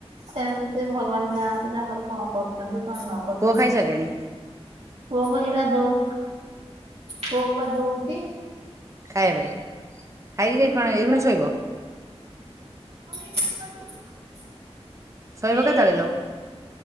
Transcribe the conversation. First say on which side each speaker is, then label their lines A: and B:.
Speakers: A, on the right; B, on the right.
A: ସେଣିକି ସେ ଭଗବାନ ଜାଣନ୍ତି ତାଙ୍କର କଣ କର ଛନ୍ତି କଣ ନ କରୁଛନ୍ତି,
B: ପୁଅ ଖାଇସାରିଲାଣି
A: ପୁଅକୁ ହେଇବା ଦଉ ପୁଅକୁ ବା ଦଉଚି।
B: ଖାଇବା ପାଇଁ, ଖାଇକି ସେ କଣ
A: ପିଠା
B: ଏଇଖୁଣି ଶୋଇବ?
A: <unintelligible>
B: ଶୋଇବ
A: ଏଇ
B: କେତେବେଳେ ଲୋ?